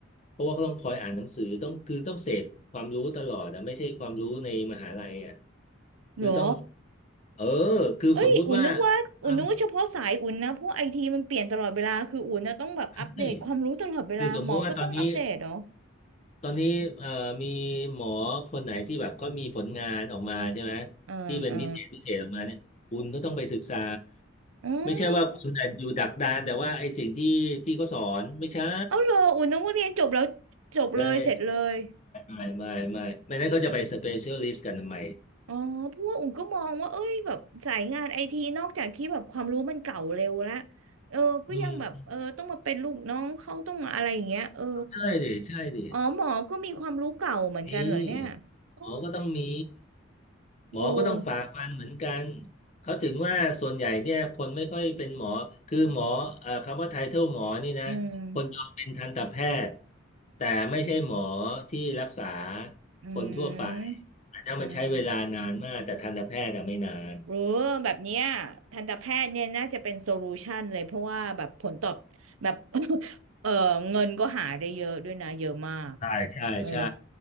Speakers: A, on the left (about 35°); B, on the right (about 85°).
A: เพราะว่าเขาต้องคอยอ่านหนังสือต้องคือต้องเสพความรู้ตลอดนะไม่ใช่ความรู้ในมหาลัยอ่ะ
B: เหรอ
A: คือต้องเออคือสมมุติว่า
B: เอ้ยอุ่นนึกว่าอุ่นนึกว่าเฉพาะสายอุ่นนะเพราะไอทีมันเปลี่ยนตลอดเวลาคืออุ่นนะต้องแบบอัปเดตความรู้ตลอดเวลาหมอก็ต้องอัปเดตเนาะ
A: <coughs> ฟังใช่คือสมมุติว่าตอนนี้ ตอนนี้เอ่อมีหมอคนไหนที่แบบก็มีผลงานออกมาใช่ไหม
B: เอ่าอ่า
A: ที่เป็นพิเศษพิเศษออกมาเนี่ยคุณก็ต้องไปศึกษา
B: อื
A: ไม่ใช่ว่าคุณอาจอยู่ดักดานแต่ว่าไอ้สิ่งที่ที่เขาสอนไม่ใช่
B: มเอาเหรออุ่นนึกว่าเรียนจบแล้วจบเลยเสร็จเลย
A: เลยไม่ไม่ไม่ไม่ไม่ไม่ไม่นั้นเขาจะไปสเปเชียลิสต์กันทำไม
B: อ๋อเพราะว่าอุ่นก็มองว่าเอ้ยแบบสายงานไอทีนอกจากที่แบบความรู้มันเก่าเร็วละเออก็ยังแบบเออต้องมาเป็นลูกน้องเขาต้องมาอะไรอย่างเงี้ยเออ
A: อืมใช่ดิใช่ดิ
B: อ๋อหมอก็มีความรู้เก่าเหมือนกันเหรอเนี่ย
A: มี
B: อ๋อ
A: หมอก็ต้องมีหมอก็ต้องฝ่าฟันเหมือนกัน
B: โอ้
A: เขาถึงว่าส่วนใหญ่เนี่ยคนไม่ค่อยเป็นหมอคือหมอเอ่อคำว่าไทเทิลหมอนี่นะคนยอมเป็นทันตแพทย์
B: อืม
A: แต่ไม่ใช่หมอที่รักษา
B: อืม
A: คนทั่วไปอาจจะมาใช้เวลานานมากแต่ทันตแพทย์อะไม่นาน
B: อืมเออแบบเนี้ยทันตแพทย์เนี่ยน่าจะเป็นโซลูชันเลยเพราะว่าแบบผลตอบแบบ <laughs> เออเงินก็หาได้เยอะด้วยนะเยอะมาก
A: ใช่ใช่ใช่
B: เออ